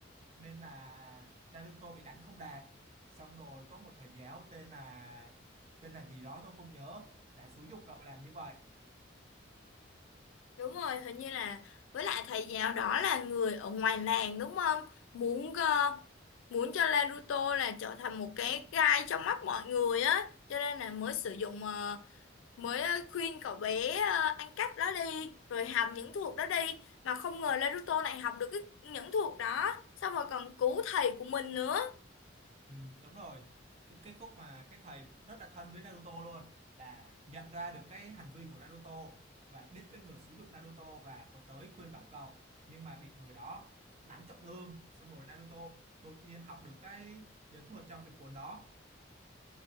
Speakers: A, on the right; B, on the left.
A: nên là Naruto bị đánh không đạt xong rồi có một thầy giáo tên là tên là gì đó tôi không nhớ đã xúi giục cậu làm như vậy
B: Đúng rồi, hình như là với lại thầy giáo đó là người ở ngoài làng đúng không? Muốn ờ, muốn cho Naruto là trở thành một cái gai trong mắt mọi người á, cho nên là mới sử dụng ờ, mới ờ, khuyên cậu bé ờ, ăn cắp đó đi rồi học những thuật đó đi mà không ngờ Naruto này học được cái, những thuật đó xong rồi còn cứu thầy của mình nữa
A: Ừ, đúng rồi cái, cái khúc mà cái thầy rất là thân với Naruto luôn là nhận ra được cái hành vi của Naruto và biết cái người xúi giục Naruto và có tới khuyên bảo cậu nhưng mà bị người đó đánh trọng thương xong rồi Naruto đột nhiên học được cái nhẫn thuật trong cái cuốn đó